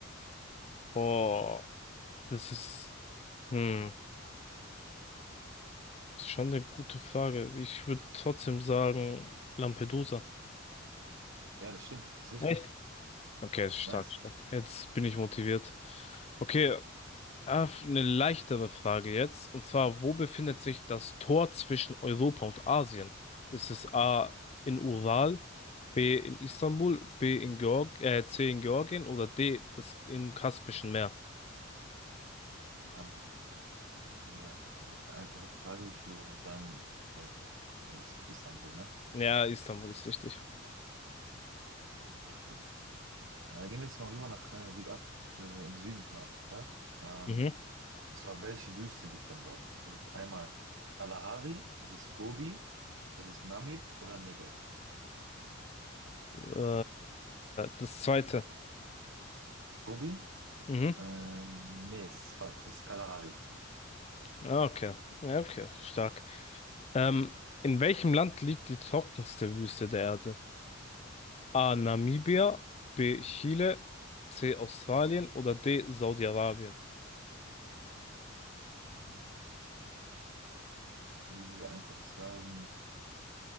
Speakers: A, on the left; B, on the right.
A: Oh, das ist, hm, ist schon eine gute Frage. Ich würde trotzdem sagen Lampedusa.
B: Ja, das stimmt. Ist richtig.
A: Echt? Okay, stark,
B: Nice.
A: stark. Jetzt bin ich motiviert. Okay, äh, eine leichtere Frage jetzt. Und zwar, wo befindet sich das Tor zwischen Europa und Asien? Ist es A in Ural, B in Istanbul, B in Georg äh, C in Georgien oder D das im Kaspischen Meer?
B: Ja, das ist äh, eine einfache Frage. Ich würde sagen, äh, ist halt Istanbul, ne?
A: Ja, Istanbul ist richtig.
B: Okay, top. Äh, gehen wir jetzt mal rüber nach äh, Südafrika, beziehungsweise in den Süden von Afrika. Ähm,
A: Mhm.
B: und zwar, welche Wüste liegt denn dort? Ist es einmal Kalahari, ist es Gobi, ist es Namib oder Negev?
A: Äh, das zweite.
B: Gobi?
A: Mhm.
B: Äh, nee, ist falsch. Das ist Kalahari.
A: Ah, Okay. Ja, okay, stark. Ähm, in welchem Land liegt die trockenste Wüste der Erde? A. Namibia, B. Chile, C. Australien oder D. Saudi-Arabien.
B: Mhm. Ich würde einfach sagen,